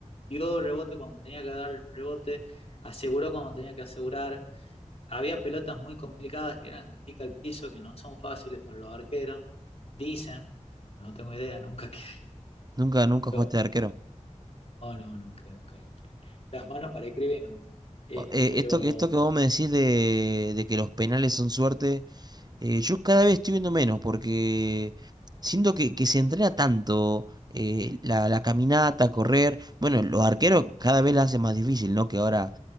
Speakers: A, on the left; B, on the right.
A: dio rebote cuando tenía que dar el rebote, aseguró cuando tenía que asegurar. Había pelotas muy complicadas que eran de pica al piso, que no son fáciles para los arqueros. Dicen, no tengo idea, nunca <laughs> que...
B: Nunca, nunca
A: pero-
B: jugaste de arquero.
A: No, no, nunca, nunca. Las manos para escribir, no. Este,
B: eh,
A: pero
B: esto, que- esto que vos me decís de, de que los penales son suerte, eh, yo cada vez estoy viendo menos porque siento que, que se entrena tanto eh, la, la caminata, correr. Bueno, los arqueros cada vez la hacen más difícil, ¿no? Que ahora